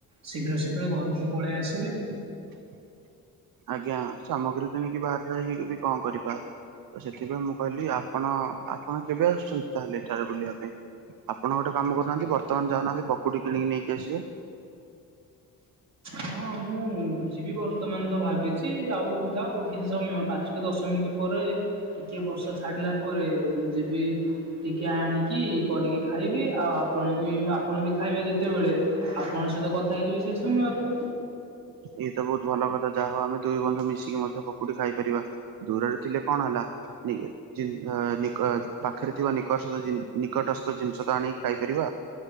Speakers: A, on the right (about 50°); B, on the right (about 75°).
A: ଶୀଘ୍ର ଶୀଘ୍ର ଘରକୁ ପଳେଇ ଆସିବେ।
B: <unintelligible> ଆଜ୍ଞା ସାମଗ୍ରୀ କିଣିକି ବାହରେ ରହିକି ବି କଁ କରିବା। ତ ସେଥିପାଇଁ ମୁଁ କହିଲି ଆପଣ ଆପଣ କେବେ ଆସୁଛନ୍ତି ତାହେଲେ ଏଠାରେ ବୁଲିବା ପାଇଁ? ଆପଣ ଗୋଟେ କାମ କରୁନାହାନ୍ତି ବର୍ତ୍ତମାନ ଯାଉନାହାନ୍ତି ପକୁଡି କିଣିକି ନେଇକି ଆସିବେ।
A: ହଁ ମୁଁ ଯିବି ବର୍ତ୍ତମାନ ତ ଭାବିଛି ଆଉ ଯାଉ କିଛି ସମୟ ପା ଞ୍ଚ କି ଦଶ ମିନିଟ୍ ପରେ ଟିକେ ବର୍ଷା ଛାଡିଲା ପରେ ମୁଁ ଯିବି। ଟିକେ ଆଣିକି କରିକି ଖାଇବି, ଆଉ ଆପଣଙ୍କୁ ବି ଓ ଆପଣ ବି ଖାଇବେ ଯେତେବେଳେ ଆପଣଙ୍କ ସହିତ କଥା ହେଇଯିବି ସେ ସମୟରେ।
B: ଇଏ ତ ବହୁତ ଭଲ କଥା ଯାହା ହଉ ଆମେ ଦୁଇ ବନ୍ଧୁ ମିଶିକି ମଧ୍ୟ ପକୁଡି ଖାଇ ପାରିବା। ଦୂରରେ ଥିଲେ କଣ ହେଲା ନିକେ ଚିନ୍ ହୋ ନିକ ଅ, ପାଖରେ ଥିବା ନିକସତ ଜିନ ନିକଟସ୍ଥ ଜିନିଷ ତ ଆଣିକି ଖାଇପାରିବା।